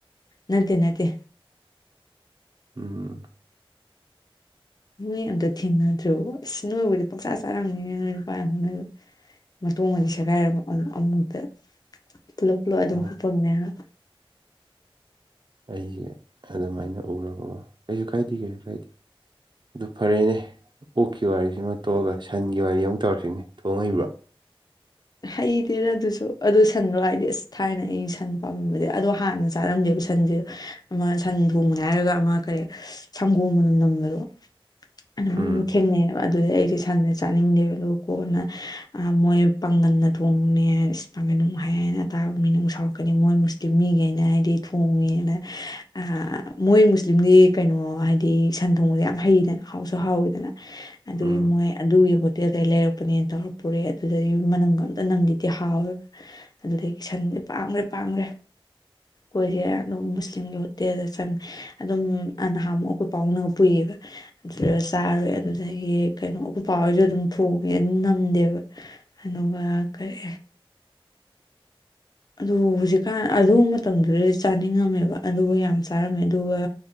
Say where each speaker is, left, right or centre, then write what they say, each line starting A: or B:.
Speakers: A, on the left; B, on the right.
A: ꯅꯠꯇꯦ ꯅꯠꯇꯦ
B: ꯎꯝ
A: ꯅꯣꯏ ꯑꯝꯇ ꯊꯦꯡꯅꯗ꯭ꯔꯤꯕꫭ ꯑꯁ ꯅꯣꯏꯕꯨꯗꯤ ꯄꯥꯛꯆꯥ ꯆꯥꯔꯝꯅꯤꯅꯦ ꯅꯣꯏ ꯅꯨꯄꯥꯏ ꯍꯧꯅꯕꯤ ꯃꯇꫭꯡ ꯑꯅꯤ ꯁꯦꯒꯥꯏꯔꯕ ꯑꯃꯨ ꯑꯃꯨꯛꯇ ꯄꯨꯂꯞ ꯄꯨꯂꯞ ꯑꯗꯨꯝ
B: ꯑꯣ
A: ꯍꯨꯞꯄꯝꯅꯦ ꯍꯥꯏꯕ
B: ꯑꯩꯁꯦ ꯑꯗꯨꯃꯥꯏꯅ ꯎꯔꯕꯒꯣ ꯀꯩꯁꯨ ꯀꯥꯏꯗꯦ ꯀꯩꯁꯨ ꯀꯥꯏꯗꯦ ꯑꯗꯨ ꯐꯔꯦꯅꯦ ꯑꯣꯛꯀꯤ ꯋꯥꯔꯤꯁꯤꯃ ꯇꯣꯛꯑꯒ ꯁꯟꯒꯤ ꯋꯥꯔꯤ ꯑꯃꯨ ꯇꯧꯔꯁꯤꯅꯦ ꯊꯣꯡ ꯍꯩꯕ꯭ꯔꯣ
A: ꯍꯩꯇꯦꯅ ꯑꯗꯨꯁꯨ ꯑꯗꯨꯗꯣ ꯁꯟꯗꯣ ꯍꯥꯏꯗꯤ ꯑꯁ ꯊꯥꯏꯅ ꯑꯩꯅ ꯁꯟ ꯄꯥꯝꯃꯝꯕꯗꯤ ꯑꯗꯣ ꯍꯥꯟꯅꯁꯨ ꯆꯥꯔꯝꯗꯦꯕ ꯁꯟꯁꯦ ꯑꯃ ꯁꯟ ꯊꯣꯡꯕꯅꯦ ꯍꯥꯏꯔꯒ ꯑꯃ ꯀꯔꯤ ꯁꯪꯒꯣꯝꯅ ꯅꯝꯕꯗꯣ ꯑꯗꯨꯃꯥꯏꯅ
B: ꯎꯝ
A: ꯊꯦꯡꯅꯩꯕ ꯑꯗꯨꯗꯩ ꯑꯩꯁꯦ ꯁꯟ ꯆꯥꯅꯤꯡꯗꯦꯕ ꯑꯗꯨꯒ ꯀꯣꯟꯅ ꯃꯣꯏ ꯄꯥꯡꯒꯜ ꯅ ꯊꯣꯡꯕꯅꯦ ꯑ ꯄꯥꯡꯒꯟ ꯅꯨꯡ ꯍꯥꯏ ꯍꯥꯏꯅ ꯇꯥꯕ ꯃꯤꯅꯨꯡ ꯁꯥꯎꯔꯛꯀꯅꯤ ꯃꯣꯏ ꯃꯨꯁꯂꯤꯝ ꯃꯤꯈꯩꯅ ꯍꯥꯏꯗꯤ ꯊꯣꯡꯉꯦꯅ ꯑ ꯃꯣꯏ ꯃꯨꯁꯂꯤꯝꯗꯤ ꯀꯩꯅꯣ ꯍꯥꯏꯗꯤ ꯁꯟ ꯊꯣꯡꯕꯁꯦ ꯌꯥꯝ ꯍꯩꯗꯅ ꯍꯥꯎꯁꯨ ꯍꯥꯎꯋꯤꯗꯅ ꯑꯗꯨꯒꯤ
B: ꯎꯝ
A: ꯃꯣꯏ ꯑꯗꯨꯒꯤ ꯍꯣꯠꯇꯦꯜꯗꯒꯤ ꯂꯩꯔꯛꯄꯅꯦꯅ ꯇꯧꯔ ꯄꯨꯔꯦ ꯑꯗꯨꯗꯩ ꯌꯨꯝꯗ ꯃꯅꯝꯒ ꯑꯝꯇ ꯅꯝꯗꯔꯗꯤ ꯍꯥꯎꯋꯦꯕ ꯑꯗꯨꯗꯒꯤ ꯁꯟꯖꯦ ꯄꯥꯝꯈ꯭ꯔꯦ ꯄꯥꯝꯈ꯭ꯔꯦ ꯑꯩꯈꯣꯏꯁꯦ ꯃꯨꯁꯂꯤꯝꯒꯤ ꯍꯣꯠꯇꯦꯜꯗ ꯆꯪꯉ ꯑꯗꯨꯝ ꯑ ꯅꯍꯥꯟꯃꯨꯛ ꯑꯈꯣꯏ ꯄꯥꯎꯅꯒ ꯄꯨꯏꯌꯦꯕ ꯑꯗꯨꯗ ꯆꯥꯔꯣꯏ ꯑꯗꯨꯅ ꯍꯦ ꯀꯩꯅꯣ ꯎꯀꯨꯄ ꯍꯣꯏꯁꯨ ꯑꯗꯨꯝ ꯊꯣꯡꯉꯦ ꯅꯝꯗꯦꯕ ꯑꯗꯨꯒ ꯀꯔꯤ ꯑꯗꯨ ꯍꯧꯖꯤꯛꯀꯥꯟ ꯑꯗꯨ ꯃꯇꯝꯗꯨꯗ ꯆꯥꯅꯤꯡꯉꯝꯃꯦꯕ ꯑꯗꯨꯒ ꯌꯥꯝ ꯆꯥꯔꯝꯃꯦ ꯑꯗꯨꯒ